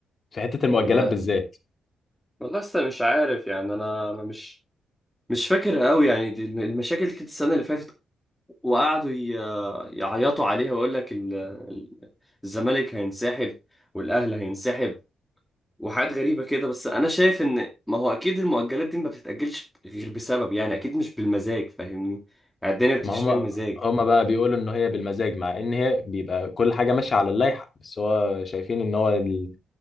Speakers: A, on the left; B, in the centre.
A: في حته المؤجلات
B: والله
A: بالذات
B: والله لسه مش عارف يعني انا انا مش مش فاكر قوي يعني دي الم- المشاكل دي كانت السنه اللي فاتت وقعدوا ي- يعيطوا عليها ويقول لك ال- ال- الزمالك هينسحب والاهلي هينسحب وحاجات غريبة كده بس أنا شايف إن ما هو أكيد المؤجلات دي ما بتتأجلش غير بسبب يعني أكيد مش بالمزاج فاهمني يعني الدنيا ما بتمشيش
A: ما هما
B: بالمزاج
A: هما بقى بيقولوا ان هي بالمزاج مع ان هي بيبقى كل حاجه ماشيه على اللائحه بس هو شايفين ان هو ال-